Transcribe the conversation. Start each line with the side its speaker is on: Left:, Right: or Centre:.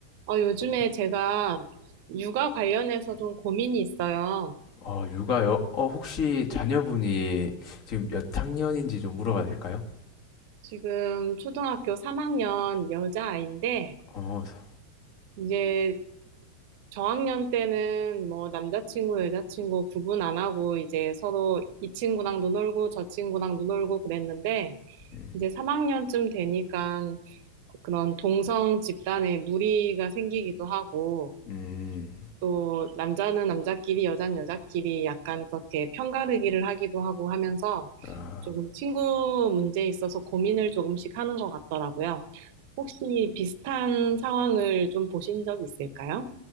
Right: 어, 요즘에 제가 육아 관련해서 좀 고민이 있어요.
Left: 어, 육아요? 어, 혹시 자녀분이 지금 몇 학년인지 좀 물어봐도 될까요?
Right: 지금 초등학교 3학년 여자아이인데,
Left: 어, 사-
Right: 이제 저학년 때는 뭐 남자친구, 여자친구 구분 안 하고 이제 서로 이 친구랑도 놀고 저 친구랑도 놀고 그랬는데,
Left: 음,
Right: 이제 3학년쯤 되니까 그런 동성 집단에 무리가 생기기도 하고,
Left: 음,
Right: 또 남자는 남자끼리, 여자는 여자끼리 약간 그렇게 편가르기를 하기도 하고 하면서
Left: 아,
Right: 조금 친구 문제에 있어서 고민을 조금씩 하는 것 같더라고요. 혹시 비슷한 상황을 좀 보신 적 있을까요?